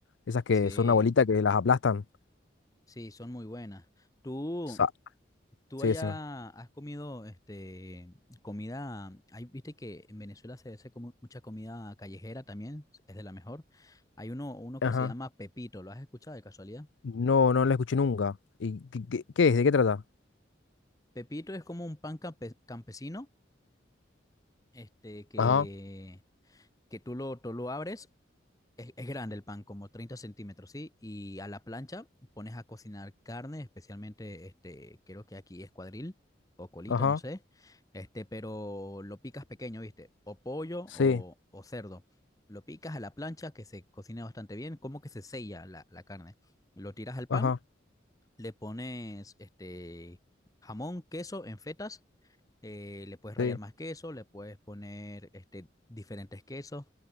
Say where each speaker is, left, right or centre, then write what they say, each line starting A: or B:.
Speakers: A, on the left; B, on the left.
A: Esas que
B: Sí,
A: son una bolita que las aplastan.
B: sí, son muy buenas. Tú,
A: Sa-
B: tú
A: sí,
B: allá
A: decime.
B: has comido, este, comida, hay, viste que en Venezuela se hace como mucha comida callejera también, es de la mejor. Hay uno, uno que
A: Ajá.
B: se llama Pepito, ¿lo has escuchado de casualidad?
A: No, no la escuché nunca. ¿Y qué, qué- qué es? ¿De qué trata?
B: Pepito es como un pan campe- campesino, este, que,
A: Ajá,
B: que tú lo, tú lo abres Es, es grande el pan, como 30 centímetros, ¿sí? Y a la plancha pones a cocinar carne, especialmente, este, creo que aquí es cuadril o colita,
A: ajá,
B: no sé, este, pero lo picas pequeño, ¿viste? O pollo
A: sí,
B: o, o cerdo. Lo picas a la plancha que se cocina bastante bien, como que se sella la, la carne. Lo tiras al pan,
A: ajá,
B: le pones este jamón, queso en fetas eh, le puedes rallar
A: sí.
B: más queso, le puedes poner este, diferentes quesos